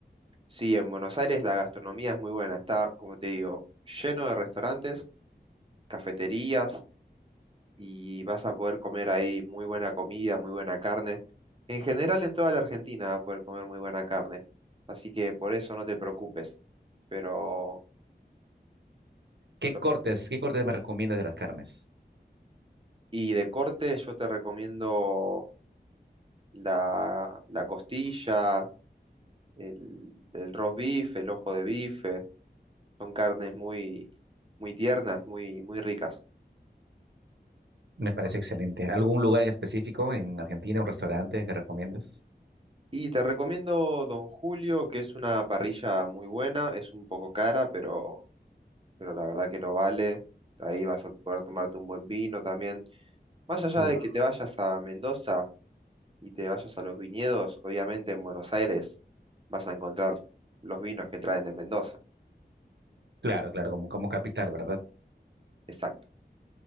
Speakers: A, on the right; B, on the right.
A: Sí, en Buenos Aires la gastronomía es muy buena. Está, como te digo, lleno de restaurantes, cafeterías y vas a poder comer ahí muy buena comida, muy buena carne. En general, en toda la Argentina vas a poder comer muy buena carne. Así que por eso no te preocupes. Pero,
B: ¿Qué
A: lo-
B: cortes, qué cortes me recomiendas de las carnes?
A: y de corte yo te recomiendo la, la costilla, el, el roast beef, el ojo de bife. Son carnes muy, muy tiernas, muy, muy ricas.
B: Me parece excelente. ¿Algún lugar en específico en Argentina, un restaurante que recomiendas?
A: Y te recomiendo Don Julio, que es una parrilla muy buena, es un poco cara, pero, pero la verdad que lo vale. Ahí vas a poder tomarte un buen vino también. Más allá
B: Uf.
A: de que te vayas a Mendoza y te vayas a los viñedos, obviamente en Buenos Aires vas a encontrar los vinos que traen de Mendoza.
B: Claro, claro, como, como capital, ¿verdad?
A: Exacto.